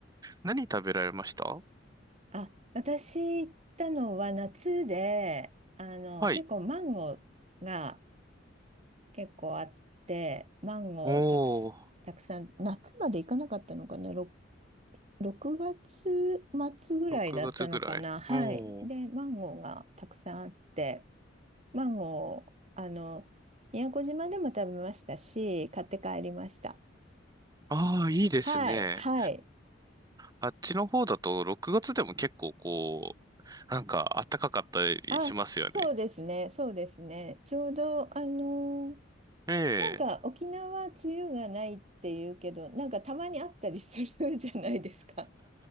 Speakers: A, on the right (about 20°); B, on the right (about 35°).
A: 何食べられました
B: あ、私行ったのは夏で、あの、
A: はい。
B: 結構マンゴーが結構あって、マンゴーたくさん、
A: おー、
B: たくさん、夏まで行かなかったのかな、ろ6、月末ぐらいだったのかな、
A: 6月ぐらい。
B: はい。
A: おー、
B: で、マンゴーがたくさんあって、マンゴー、あの、宮古島でも食べましたし、買って帰りました。
A: ああ、いいですね。
B: はい、はい。
A: あっちの方だと6月でも結構こう、なんか暖かかったりしますよね。
B: あ、そうですね、そうですね。ちょうど、あの
A: ええ。
B: なんか沖縄梅雨がないっていうけど、なんかたまにあったりするじゃないですか。